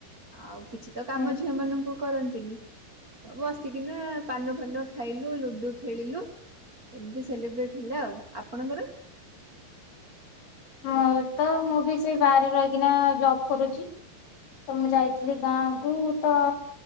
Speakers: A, on the right; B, on the left.
A: ଆଉ କିଛି ତ
B: ହୁଁ
A: କାମ ଝିଅ ମାନଙ୍କୁ କରନ୍ତିନି। ବସିକିନା ପାନ ଫାନ। ଖାଇଲୁ ଲୁଡୁ ଖେଳିଲୁ ଏମିତି ସେଲିବ୍ରେଟ ହେଲା ଆଉ ଆପଣଙ୍କର‌‌।
B: ମୁଁ ତ ମୁଁ ବି ସେଇ ବାହାରେ ରହିକିନା ଜବ୍ କରୁଛି। ତ ମୁଁ ଯାଇଥିଲି ଗାଁକୁ ତ।